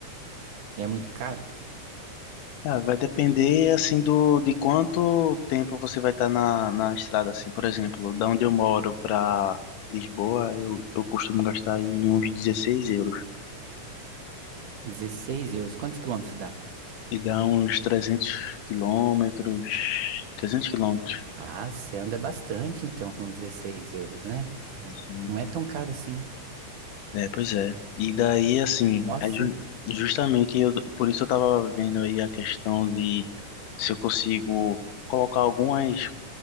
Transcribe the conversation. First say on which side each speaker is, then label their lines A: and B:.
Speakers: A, on the right; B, on the left.
A: é muito caro?
B: Ah, vai depender assim do de quanto tempo você vai estar na, na estrada, assim, por exemplo, da onde eu moro para Lisboa, eu, eu costumo gastar aí uns 16 euros.
A: 16 euros. Quantos quilômetros dá?
B: E dá uns trezentos quilômetros, 300 quilômetros.
A: Ah, você anda bastante então com 16 euros, né? É,
B: Sim.
A: não é tão caro assim.
B: É, pois é. E daí, assim,
A: Nossa.
B: é ju- justamente eu, por isso eu tava vendo aí a questão de se eu consigo colocar algumas,